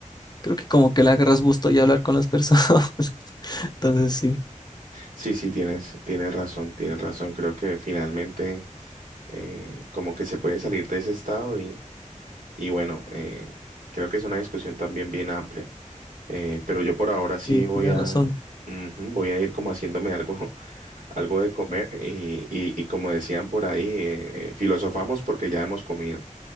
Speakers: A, on the left; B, on the right.
A: creo que como que le agarras gusto y hablar con las personas. <laughs> Entonces sí,
B: Sí, sí, tienes, tienes razón, tienes razón. Creo que finalmente eh, como que se puede salir de ese estado y, y bueno, eh, creo que es una discusión también bien amplia. Eh, pero yo por ahora sí
A: sí,
B: voy
A: tienes
B: a,
A: razón.
B: ujú, voy a ir como haciéndome algo, <laughs> algo de comer y, y, y como decían por ahí, eh, eh, filosofamos porque ya hemos comido.